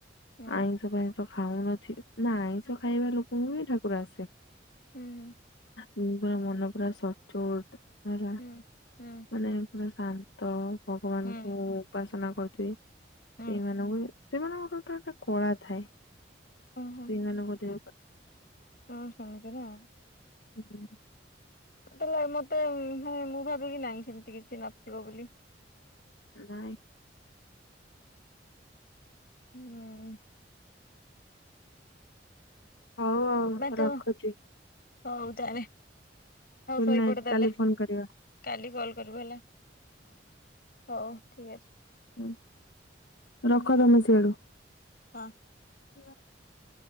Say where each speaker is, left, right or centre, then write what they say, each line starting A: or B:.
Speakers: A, on the left (about 55°); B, on the left (about 80°).
A: ହୁଁ
B: ଆଇଁସ ଫାଇଁସ ଖ ଖାଉନଥି ନା ଆଇଁଷ ଖାଇବା ଲୋକଙ୍କୁ ବି ଠାକୁର ଆସେ।
A: ହୁଁ ହୁଁ।
B: ମୁଁ ପୁରା ମନ ପୁରା ସଚୋଟ। ହେଲା
A: ହୁଁ ହୁଁ ହୁଁ
B: ମାନେ ପୁରା ଶାନ୍ତ। ଭଗବାନ।
A: ହୁଁ
B: ହୁ ଉପାସନା। ହୋଇଥେ। ଏଇ
A: ହୁଁ
B: ମାନଙ୍କୁ ସେମାନଙ୍କର ଗୋଟେ ଟ ଟ ଟ କଳା ଥାଏ।
A: ଓହୋ
B: ସେଇମାନେ ବୋଧେ
A: ହଁ ହମଦିରା।
B: ହୁଁ
A: ତେଲେ ମତେ ମୁଁ -ମୁଁ ଭାବିକି ନାଇଁ ସେମିତି କିଛି ନଥିବ ବୋଲି।
B: ନାଇଁ
A: ହୁଁ।
B: ହଉ ହଉ
A: ବା ତୁ
B: ରଖୁଚି।
A: ହଉ ତାରେ ହଉ ଶୋଇପଡ଼
B: ନାଇଟ୍
A: ତାଲେ
B: କାଲି ଫୋନ କରିବା
A: କାଲି କଲ କରିବୁ ହେଲା ହଉ। ଠିକ୍ ଅଛି।
B: ହୁଁ ରଖ
A: ହଉ
B: ତମେ ସିଆଡୁ।
A: ହଁ।
B: <inaudible>